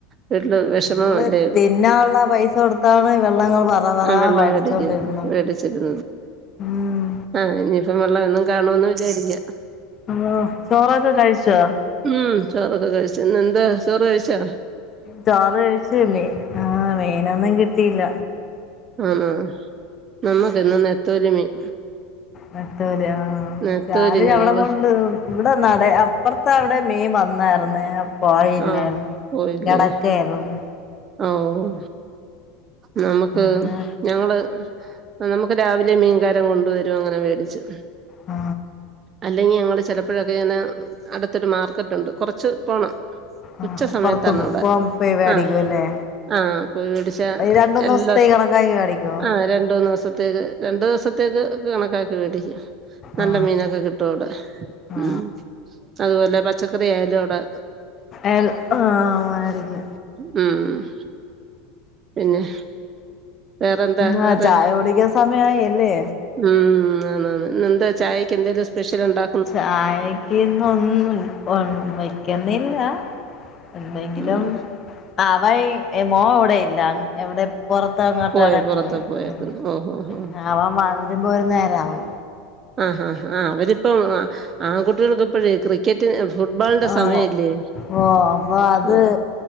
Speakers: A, on the right (about 30°); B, on the left (about 30°).
A: വീട്ടില് വെഷമം
B: നമ്മള്
A: അല്ലെ
B: തിന്നാനുള്ള പൈസ കൊടുത്താണ് വെള്ളങ്ങൾ പറ പറ
A: ഉം വെള്ളം
B: മേടിച്ചോണ്ടിരുന്ന
A: ടിക്ക്ന്ന് വേടിച്ചിട്ട്
B: ഉം
A: ആഹ് ഇനിയിപ്പ വെള്ളം എന്നും കാണോന്ന് വിചാരിക്ക
B: ആഹ് ചോറൊക്ക കഴ്ച്ചൊ
A: ഉം ചോറൊക്ക കഴ്ച്ച് ഇന്നെന്ത ചോറ് കഴ്ച്ചൊ
B: ചോറ് കഴിച്ച് ആഹ് മീനൊന്നും കിട്ടീല്ല
A: ആണൊ നമ്മക്ക് ഇന്ന് നത്തോലി മീൻ
B: നത്തോലിയൊ ആഹ്
A: നെത്തോലി
B: രാവിലെ
A: ഞങ്ങള്
B: അവടെ കൊണ്ട് ഇവടെ നടെ അപ്പർത്ത അവടെ മീൻ വന്നായ്ര്ന്ന് പോയില്ലാര്ന്ന്
A: ആഹ് പോയില്ലേ
B: കെടക്കായിര്ന്ന്
A: ഓഹ് നമുക്ക്
B: പിന്നെ
A: ഞങ്ങള് നമുക്ക് രാവിലെ മീൻകാരം കൊണ്ടുവരും അങ്ങനെ മേടിച്ചു
B: ആ
A: അല്ലെങ്കി ഞങ്ങള് ചെ പ്പഴൊക്കെ ഇങ്ങനെ അട്ത്തൊര് മാർക്കറ്റുണ്ട് കൊറച്ച് പോണം
B: ആ
A: ഉച്ച സമയത്തണവടെ
B: പുറത്ത് പോകാൻ പോയി മേടിക്കുംല്ലേ
A: ആഹ് ആഹ് പോയി വേടിച്ച
B: രണ്ട് മൂന്ന്
A: എല്ലാ
B: ദിവസത്തേക്ക് കണക്കാക്കി മേടിക്കുവോ
A: ആഹ് രണ്ടൂന്ന്സത്തേക്ക് രണ്ട് ദിവസത്തേക്ക് കണക്കാക്കി വേടിക്ക നല്ല
B: ആ
A: മീനൊക്ക കിട്ടുവടെ
B: ആ
A: ഉം അതുപോലെ പച്ചക്കറി ആയാലും അവടെ
B: <inaudible> ആഹ് വയറ്ബ്
A: ഉം പിന്നെ വേറെന്താ
B: പിന്നെ
A: വേറെ
B: ആഹ് ചായ കുടിക്ക സമയായി അല്ലെ
A: ഉം ആണ് ആണ് ഇന്നെന്ത ചായക്ക് എന്തേലും സ്പെഷ്യല് ഇണ്ടാ
B: ചായക്ക് ഇന്ന് ഒന്നും ഒന്ന് വെക്ക്ന്നില്ല എന്തെങ്കിലും
A: ഉം
B: അവയ് മോ ഇവടയില്ല എവടെ പൊറത്ത്ങ്ങോട്ടവടെ
A: പോയോ പുറത്ത്
B: പോയി
A: പോയേക്കുന്നു ഓഹോ
B: പിന്ന
A: ഹോ
B: ആവാൻ വ വരുമ്പൊ ഒര് നേരാവും
A: ആഹ് ആഹ് ആഹ് അവരിപ്പം ആ കുട്ടീകൾക്കിപ്പഴെ കെട്ടി ഫുട്ബോളിന്റെ
B: ഓ
A: സമയല്ലെ
B: അപ്പൊ അത്
A: ആഹ്